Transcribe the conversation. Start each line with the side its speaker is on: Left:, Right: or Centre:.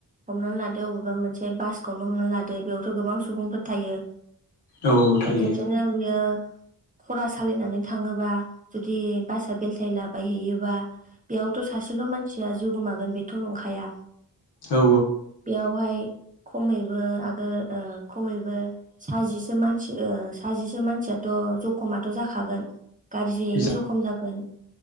Right: हमनानै लादो अबेबा मोनसे बासखौनो हमना लादो बेयावथ' गोबां सुबुंफोर थायो।
Left: औ
Right: दा
Left: थायो
Right: खेबसेनो बेयो खरा सालायनानै थाङोबा जुदि बासा बेलथायलाबायहैयोबा बेयावथ' सासेल' मानसिया जिउ गोमागोन बेथ' नंखाया
Left: औ
Right: बेयावहाय खमैबो आगो ओ खमैबो साजिसे मानसि ओ साजिसे मानसियाथ' अ जखमाथ' जाखागोन गारजियैनो
Left: जा
Right: जखम जागोन